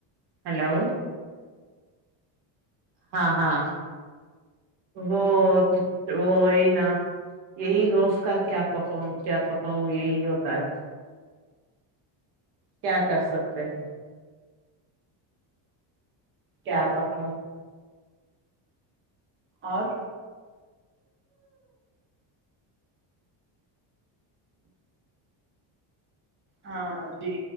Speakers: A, on the right; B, on the right.
A: ہلو ہاں ہاں وہ وہی نا یہی روز کا کیا پکاؤں کیا پکاؤں یہی ہوتا ہے کیا کر سکتے ہیں
B: کیا
A: چاہ
B: پک
A: پکا
B: اور ہاں جی